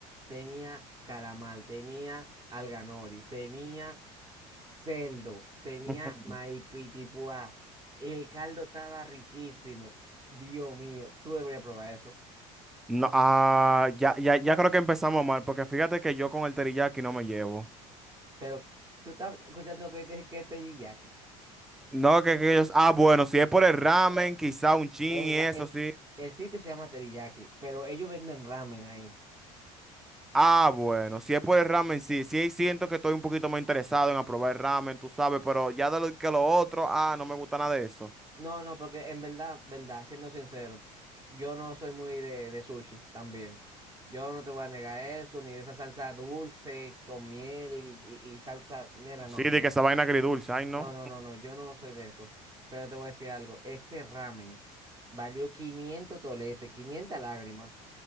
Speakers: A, on the right (about 25°); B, in the centre.
A: Tenía calamar, tenía alganori, tenía celdo, tenía
B: ujú.
A: maipitipuá. El caldo estaba riquísimo. Dios mío, tú deberías probar eso.
B: No, ah, ya, ya, ya creo que empezamos mal, porque fíjate que yo con el teriyaki no me llevo.
A: Pero tú estás escuchando lo que yo te dije que es teriyaki.
B: No, que, que ellos, ah, bueno, si es por el ramen, quizá un chin
A: El,
B: y
A: ra-
B: eso
A: el,
B: sí.
A: el sitio se llama teriyaki, pero ellos venden ramen ahí.
B: Ah, bueno, si es por el ramen, sí, sí siento que estoy un poquito más interesado en aprobar el ramen, tú sabes, pero ya de lo que lo otro, ah, no me gusta nada de eso.
A: No, no, porque en verdad, verdad, siendo sincero, yo no soy muy de, de sushi también. Yo no te voy a negar eso, ni de esa salsa dulce con miel y, y- y salsa. Mira,
B: Sí,
A: no,
B: de
A: no.
B: que esa vaina agridulce, ay, no.
A: No, no, no, no. Yo no soy de eso. Pero te voy a decir algo. Ese ramen valió 500 toletes, 500 lágrimas,